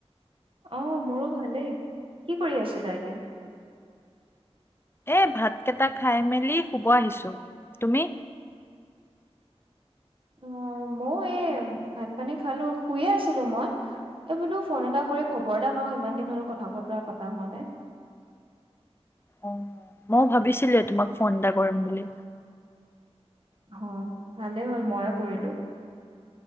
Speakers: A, on the right (about 55°); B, on the left (about 20°).
A: অ মোৰো ভালেই কি কৰি আছিলা এতিয়া?
B: এই ভাতকেটা খাই মেলি শোৱ আহিছোঁ তুমি?
A: অ ময়ও এই ভাত পানী খালো শোয়ে আছিলো মই এই বোলো ফোন এটা কৰি খবৰ এটা লওঁ ইমান দিন হল কথা বতৰা পতা হোৱা নাই।
B: অ ময় ভাবিছিলোয়ে তোমাক ফোন এটা কৰিম বুলি।
A: অ ভালেই হ'ল ময়ো কৰিলো।